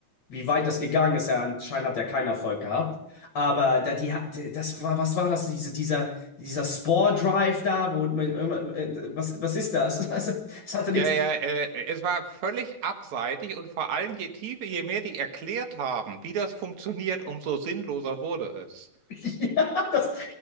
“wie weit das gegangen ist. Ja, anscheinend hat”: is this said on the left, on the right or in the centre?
Left